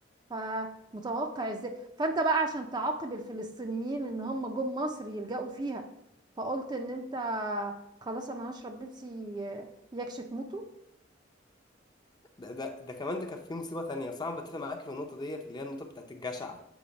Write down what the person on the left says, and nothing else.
ده ده ده كمان ده كان في مصيبه تانية بصراحه أنا بتفق معاك في النقطه ديت اللي هي النقطه بتاعت الجشع